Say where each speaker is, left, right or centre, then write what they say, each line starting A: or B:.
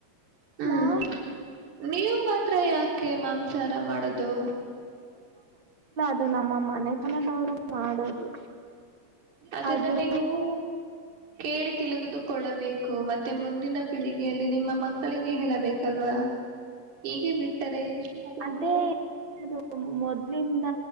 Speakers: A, on the right (about 55°); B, on the right (about 35°).
A: ಹ್ಮ್
B: ನಾವು
A: ನೀವು ಮಾತ್ರ ಯಾಕೆ ಮಾಂಸ ಸಾರ ಮಾಡದು
B: ಇದು ನಮ್ಮ ಮನೆತನದವ್ರು ಮಾಡೋದು
A: ಅದನ್ನ
B: ಅದು
A: ನೀವು ಕೇಳಿ ತಿಲುಗದುಕೊಳ್ಳಬೇಕು ಮತ್ತೆ ಮುಂದಿನ ಪೀಳಿಗೆಯಲ್ಲಿ ನಿಮ್ಮ ಮಕ್ಕಳಿಗೆ ಹೇಳಬೇಕಲ್ವಾ ಹೇಗೆ ಬಿಟ್ಟರೆ ಅದು
B: ಅದೇ
A: ನಿಮಗೂ
B: ಮೊದ ಮೊದ್ಲಿಂದ